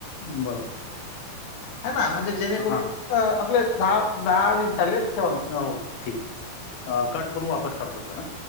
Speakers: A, on the left; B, on the left.
A: बरोबर
B: ह ना म्हणजे जेणेकरून
A: हां
B: अ आपले दहा दहा वीस झाले तेव्हा
A: <unintelligible> अ कट करून वापस करतो, सर ह